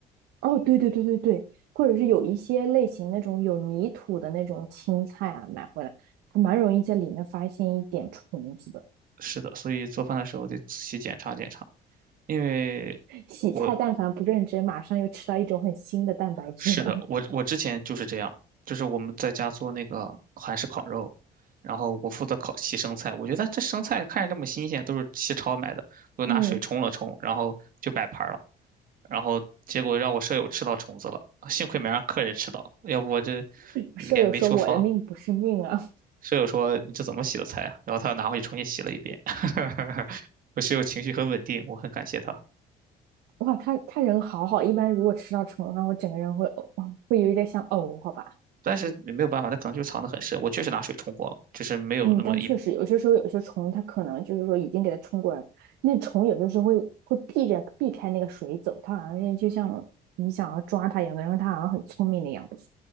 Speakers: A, on the right; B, on the right.
A: 哦，对对对对对，或者是有一些类型那种有泥土的那种青菜啊，买回来还蛮容易在里面发现一点虫子的。
B: 是的，所以做饭的时候得仔细检查检查，因为我
A: 洗菜但凡不认真，马上又吃到一种很新的蛋白质了。
B: 是的，我我之前就是这样，就是我们在家做那个韩式烤肉，然后我负责烤洗生菜。我觉得这生菜看着这么新鲜，都是西超买的，
A: <laughs>
B: 我就拿水冲了冲，
A: 嗯，
B: 然后就摆盘了。然后结果让我舍友吃到虫子了，幸亏没让客人吃到，要不我这脸没处放了。
A: 舍友说我的命不是命啊，
B: 舍友说：“你这怎么洗的菜啊？”然后他又拿回去重新洗了一遍。<laughs> 我室友情绪很稳定，我很感谢他。
A: <laughs> 哇，他他人好好，一般如果吃到虫的话，我整个人会呕，会有一点想呕，好吧。
B: 但是也没有办法，他可能就藏得很深。我确实拿水冲过了，就是没有那么一
A: 嗯，但确实有些时候，有些虫它可能就是说已经给它冲过来了，那虫有些时候会会避着避开那个水走，它好像是就像你想要抓它一样的，然后它好像很聪明的样子。